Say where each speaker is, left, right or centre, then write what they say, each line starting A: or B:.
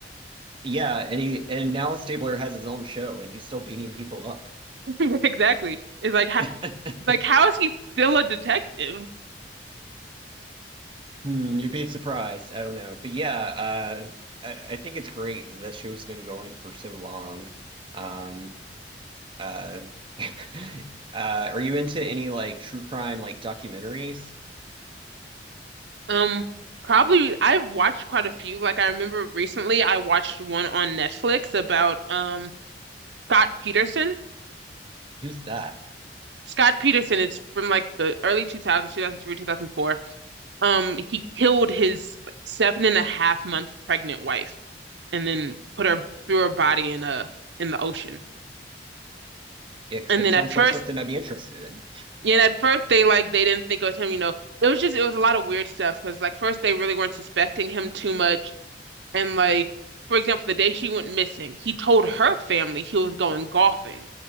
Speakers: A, on the right; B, on the right.
A: Yeah, and he and now Stabler has his own show and he's still beating people up.
B: <laughs> exactly it's like how
A: <laughs>
B: like how is he still a detective
A: Hmm, you'd be surprised. I don't know. But yeah, uh I, I think it's great that that show's been going for so long. Um uh <laughs> uh are you into any like true crime like documentaries?
B: Um, probably I've watched quite a few. Like I remember recently I watched one on Netflix about um Scott Peterson.
A: Who's that?
B: Scott Peterson, it's from like the early 2000s, 2003, 2004. Um, he killed his seven and a half month pregnant wife and then put her threw her body in a in the ocean.
A: Yeah, 'cause
B: And
A: that
B: then
A: sounds
B: at first,
A: like something I'd be interested in.
B: yeah, and at first they like they didn't think it was him, you know. It was just it was a lot of weird stuff because like first they really weren't suspecting him too much. And like, for example, the day she went missing, he told her family he was going golfing.